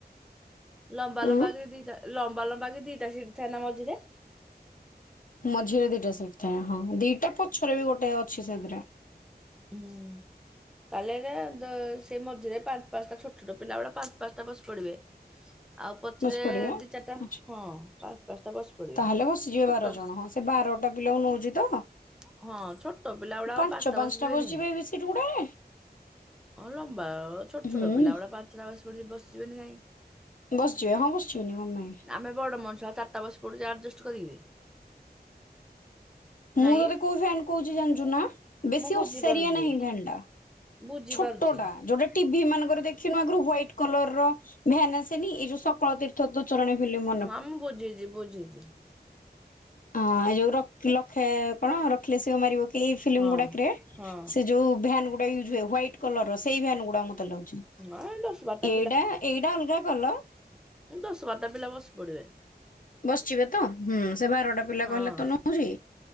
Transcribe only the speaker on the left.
ଉଁ
ମଝିରେ ଦିଟା ସିଟ୍ ଥାଏ। ହଁ ଦିଟା ପଛରେ ବି ଗୋଟେ ଅଛି ସେଥିରେ
ବସି ପଡିବେ।
ଆଚ୍ଛା
ତାହେଲେ ବସିଯିବେ
ବାର ଜଣ ହଁ ସେ ବାରଟା ପିଲାକୁ ନୋଉଛି ତ
ପାଞ୍ଚ ପାଞ୍ଚଟା
ବସିଯିବେ ଏବେ ସେ ଏଠିଗୁଟେ
ହୁଁ।
ବସିଯିବେ ହଁ ବସିଯିବେ ନି କଁ ପାଇଁ।
ମୁଁ
ଏବେ କୋଉ ଫ୍ୟାନ୍ କହୁଛି ଜାଣିଛୁ ନା ବେଶୀ
ଓସାରିଆ ନାହିଁ ଭେନ୍ ଟା।
ଛୋଟ ଟା ଯୋଉଟା ଟିଭିି ମାନଙ୍କର ଦେଖିନୁ ଆଗରୁ ହ୍ୟାଇଟ୍ କଲର୍ ର ଭ୍ୟାନ୍ ଆସେନି ଏଇ ଯୋଉ ସକାଳ ତୀର୍ଥ ତୁ ଚରଣ ଫିଲ୍ମ୍ ରେ
ହଁ ଏ ଯୋଉ ରଖିଲଖେ କଣ ରଖିଲେ ଶିବ ମାରିବ କିଏ ଫିଲ୍ମ
ଗୁଡାକରେ
ସେ ଯୋଉ ଭ୍ୟାନ୍ ଗୁ ଏ ୟୁଜ୍ ହୁଏ ହ୍ୟାଇଟ୍ କଲର ର ସେଇ ଭ୍ୟାନ୍ ଗୁଡ଼ା ମତେ ଲାଗୁଛି
ଏଇଟା ଏଇଟା ଅଲଗା କଲର୍
ବସିବେ ତ ହୁଁ ସେ ବାରଟା ପିଲା
କହିଲା ତ ନୋଉଚି